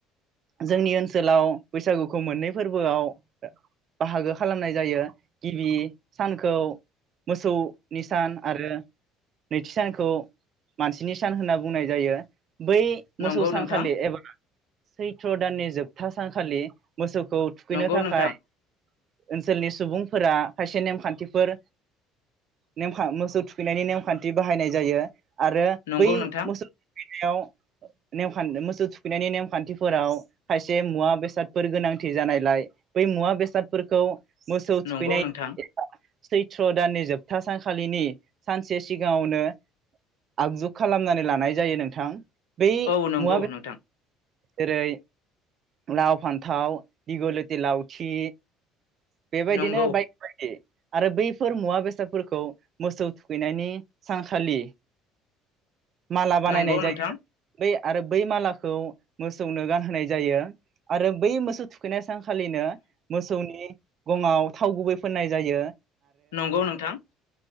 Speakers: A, on the right; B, on the left.
A: जोंनि ओनसोलाव बैसागुखौ मोन्नै फोर्बोआव बाहागो खालामनाय जायो गिबि सानखौ मोसौनि सान आरो नैथि सानखौ मानसिनि सान होन्नानै बुंनाय जायो बै मोसौ
B: नंगौ
A: सानखालि
B: नोंथां
A: एबा सैथ्र दाननि जोबथा सानखालि मोसौखौ थुखैनो
B: नंगौ
A: थाखाय
B: नोंथां
A: ओनसोलनि सुबुंफोरा खायसे नेम खान्थिफोर नेमखा मोसौ थुखैनायनि नेमखान्थि बाहायनाय जायो आरो
B: नंगौ
A: बै <unintelligible>
B: नोंथां
A: बेयाव नेव हान्दों मोसौ थुखैनायनि नेमखान्थिफोराव खायसे मुवा बेसादफोर गोनांथि जानायलाय बै मुवा बेसाद फोरखौ मोसौ
B: नंगौ
A: थुखैनाय
B: नोंथां
A: सैत्र दाननि जोबथा सानखालिनि सानसे सिगाङावनो आगजु खालामनानै लानाय जायो नोंथां बै
B: औ नंगौ
A: मुवा
B: नोंथां
A: जेरै लाव, फान्थाव, दिगलिथि लावथि बेबायदिनो
B: नंगौ
A: बायदि बायदि आरो बैफोर मुवा बेसादफोरखौ मोसौ थुखैनायनि सानखालि माला बानायनाय
B: नंगौ नोंथां
A: जायो बै आरो बै मालाखौ मोसौनो गानहोनाय जायो आरो बै मोसौ थुखैनाय सान खालिनो सौनि गङाव थाव गुबै फुननाय जायो
B: नंगौ नोंथां